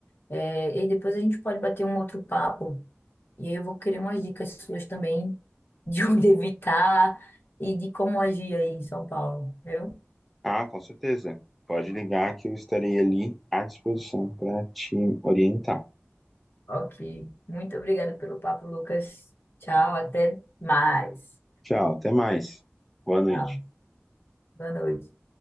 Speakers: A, on the left; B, in the centre.
A: É, e depois a gente pode bater um outro papo e aí eu vou querer umas dicas suas também de <laughs> onde evitar e de como agir aí em São Paulo, viu?
B: Ah, com certeza. Pode ligar que eu estarei ali à disposição para te orientar.
A: Ok. Muito obrigada pelo papo, Lucas. Tchau, até mais.
B: Tchau, até mais. Boa noite.
A: Tchau. Boa noite.